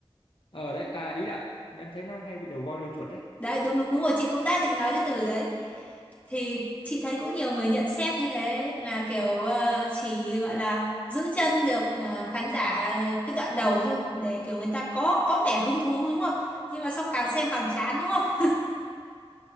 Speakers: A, on the left; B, on the left.
A: ờ đấy à ý là em thấy nó hay bị đầu voi đuôi chuột đấy
B: Đấy, đúng đúng đúng rồi, chị cũng đã định nói cái từ đấy. Thì chị thấy cũng nhiều người nhận xét như thế là kiểu ờ, chỉ gọi là giữ chân được ờ, khán giả cái đoạn đầu thôi để kiểu người ta có có vẻ hứng thú đúng không? Nhưng mà sau càng xem càng chán đúng không?